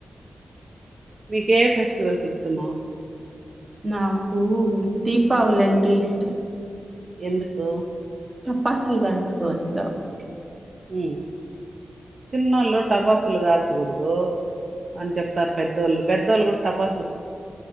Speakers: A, on the right (about 55°); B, on the right (about 35°).
A: మీకే ఫెస్టివల్స్ ఇస్తా ష్టము
B: నాకు దీపావళి అంటే ఇష్టం
A: ఎందుకు
B: టపసులు కాలుచుకోవచ్చు కాబట్టి
A: హమ్ చిన్నోళ్ళు టపాసులు కాల్చకూడరు అని చెప్తారు పెద్దోళ్ళు పెద్దోళ్ళు కూడా టపాస్